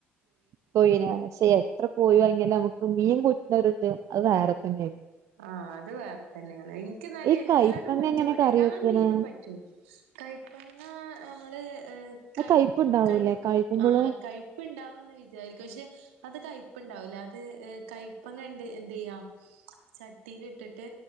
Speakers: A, on the right; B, on the right.
A: കോഴ്യന്നാ പക്ഷേ എത്ര കോഴി വാങ്ങിയാലും അമ്മക്ക് മീൻ കൂട്ട്ണൊര്ത് അത് വേറെ തന്നെ <unintelligible>
B: ആഹ് അത് വേറെ തന്നേണ് ഇന്ക്കിന്നാലെ
A: ഈ
B: എല്ലതും
A: കൈപ്പങ്ങ
B: പറ്റും
A: എങ്ങനെ കറി
B: എല്ലാ
A: വെക്കണ്
B: മീനും പറ്റും കയ്പ്പങ്ങാ അമ്മള് ഏ
A: ആ
B: കയ്
A: കൈപ്പ് ഉണ്ടാവൂലേ
B: കയ്
A: കായ്ക്കുമ്പോളും
B: ആ കയ്പ്പ്ണ്ടാവുന്ന് വിചാരിക്കും പക്ഷേ അത് കൈപ്പ്ണ്ടാവുല്ല അത് കൈപ്പങ്ങണ്ട് എന്തെയ്യാ ചട്ടിയിലിട്ടിട്ട്